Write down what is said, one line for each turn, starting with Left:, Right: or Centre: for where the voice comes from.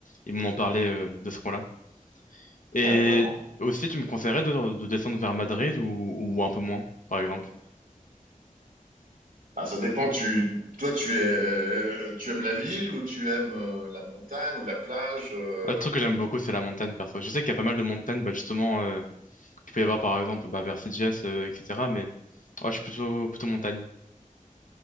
Left: ils m'en ont parlé euh, de ce coin-là.
Right: D'accord.
Left: Et aussi, tu me conseillerais de, de descendre vers Madrid ou, ou un peu moins, par exemple?
Right: Bah, ça dépend. Tu, toi, tu es, euh, tu aimes la ville ou tu aimes euh, la montagne ou la plage. euh
Left: Un truc que j'aime beaucoup, c'est la montagne, perso. Je sais qu'il y a pas mal de montagnes, bah, justement, euh, qu'il peut y avoir, par exemple, bah, vers CGS, euh, etc. Mais ouais, je suis plutôt, plutôt montagne.